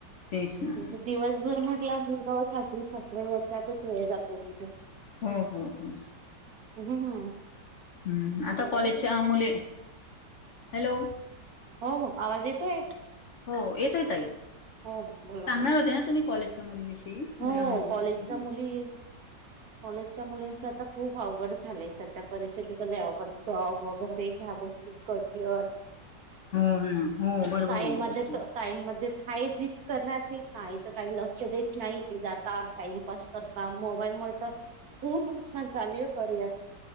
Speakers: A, on the left; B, on the right.
A: तेच ना
B: जस दिवसभर म्हटलं मुलगा सासर सासरा ये त्याातच वेळ जातो हो
A: हम्म, हम्म, हम्म
B: हम्, हम्म
A: हम्म आता
B: बरं
A: कॉलेजच्या
B: आहे.
A: मुले हॅलो
B: हो हो आवाज येतोय
A: हो येतोय तई
B: हो हो बोला
A: सांगणार
B: बोला.
A: होते ना तुम्ही कॉलेजच्या मुलीविषयी
B: हो
A: मुला मुलीविषयी
B: कॉलेजचा मुली कॉलेजच्या मुलींचा खूप अवघड झालंय सध्या परिस्थितीत ल जॉब वगैरे ह्या गोष्टी करियर
A: हो ह ना हो बरोबर
B: काईंमध्ये
A: आहे ही गोष्ट
B: काहींमध्ये हाय झप करण्याचे काय तर काही लक्ष देत नाही जात टाइम पास करता मोबाईल मु तर खूप नुकसान चालू आहे करयार